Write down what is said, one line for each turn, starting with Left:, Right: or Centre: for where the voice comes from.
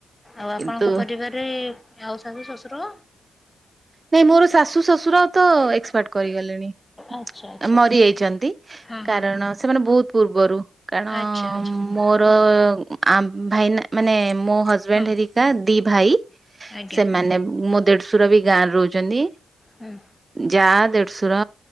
Left: ଆଉ ଆପଣଙ୍କ
Right: କିନ୍ତୁ
Left: ପରିବାରରେ ଆଉ ଶାଶୁ ଶଶୁର
Right: ନାଇଁ ମୋର ଶାଶୁ ଶଶୁର ତ ଏକ୍ସପାର୍ଟ କରିଗଲେଣି।
Left: ଆଚ୍ଛା ଆଚ୍ଛା
Right: ଏ ମରିଯାଇଛନ୍ତି।
Left: ହଁ ହଁ
Right: କାରଣ ସେମାନେ ବହୁତ ପୂର୍ବରୁ କାରଣ
Left: ଆଚ୍ଛା ଆଚ୍ଛା
Right: ମୋର
Left: ହଁ
Right: ଆ ମାନେ ଭାଇନ୍ ମୋ ହଜବେଣ୍ଡ
Left: ହଁ
Right: ହେରିକା ଦିଇ ଭାଇ।
Left: ଆଜ୍ଞା
Right: ସେମାନେ ମୋ ଦେଢଶୁର ବି ଗାଁରେ ରୋହୁଚନ୍ତି
Left: ହୁଁ
Right: ଯା ଦେଢଶୁର